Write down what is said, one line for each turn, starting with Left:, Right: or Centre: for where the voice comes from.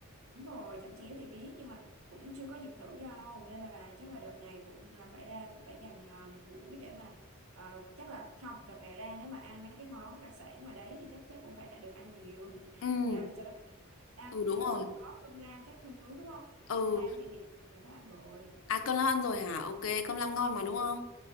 Right: đúng rồi chẩm chéo thì biết nhưng mà cũng chưa có dịp thử đâu nên là chắc là đợt này cũng là phải ra cũng phải dành à, một buổi để mà ờ, chắc là không đợt này ra nếu mà ăn mấy cái món đặc sản ngoài đấy thì chắc chắc cũng phải được ăn nhiều <laughs>
Left: Ừ,
Right: thì ăn cho nó à,
Left: ừ đúng
Right: chắc
Left: rồi.
Right: là cũng có cơm lam các thứ đúng không
Left: Ừ,
Right: cơm lam thì thì đã có ăn rồi
Left: à cơm lam ăn rồi hả? Ok, cơm lam ngon mà đúng không?